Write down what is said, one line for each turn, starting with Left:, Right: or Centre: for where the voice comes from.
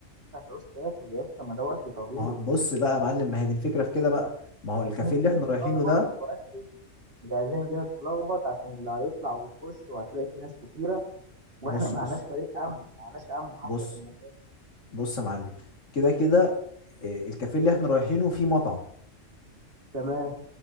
Right: الناس هتعوز تاكل يا اسطى ما ده وقت طويل
Left: ما هو بص بقى يا معلم ما هي دي الفكرة في كده بقى ما
Right: مش
Left: هو
Right: عايزين
Left: الكافيه
Right: الدنيا
Left: اللي احنا
Right: تتلخبط
Left: رايحينه ده
Right: وركز مش عايزين الدنيا تتلخبط عشان اللي هيطلع ويخش وهتلاقي في ناس كتيرة واحنا
Left: بص
Right: ما
Left: بص
Right: معناش فريق أمن ما معناش أمن حتى
Left: بص
Right: في المكان
Left: بص يا معلم كده كده اه، الكافيه اللي احنا رايحينه فيه مطعم
Right: تمام